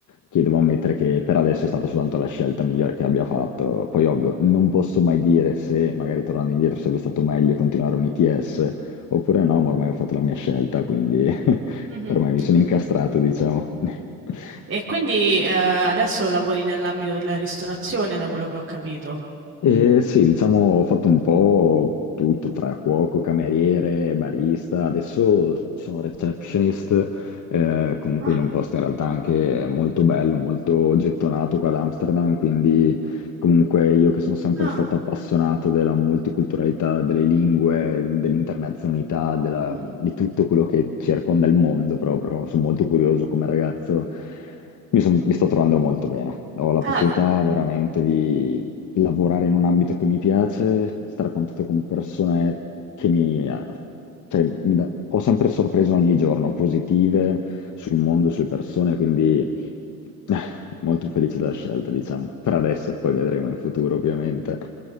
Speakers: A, on the left (about 45°); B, on the right (about 35°).
A: che devo ammettere che per adesso è stata soltanto la scelta migliore che abbia fatto. Poi ovvio, non posso mai dire se magari tornando indietro sarebbe stato meglio continuare un ITS oppure no, ma ormai ho fatto la mia scelta, quindi <laughs>
B: mh-mh.
A: ormai mi sono incastrato, diciamo. <laughs>
B: E quindi, ehm, adesso lavori nell'ambito della ristorazione da quello che ho capito.
A: E sì, diciamo, ho fatto un po' tutto tra cuoco, cameriere, barista. Adesso sono receptionist, eh, comunque
B: Ah,
A: in un posto in realtà anche molto bello, molto gettonato qua ad Amsterdam. Quindi, comunque, io che sono sempre
B: ah,
A: stato appassionato della multiculturalità, delle lingue, dell'internazionalità, della-
B: mh-mh.
A: di tutto quello che circonda il mondo proprio. Sono molto curioso come ragazzo. Mi, son- mi sto trovando molto bene. Ho la
B: Ah
A: possibilità veramente lavorare in un ambito che mi piace, stare a contatto con persone che mi... Cioè, mi da- ho sempre sorpreso ogni giorno, positive sul mondo, sulle persone, quindi <laughs> eh, molto felice della scelta, diciamo. Per adesso, poi vedremo in futuro, ovviamente.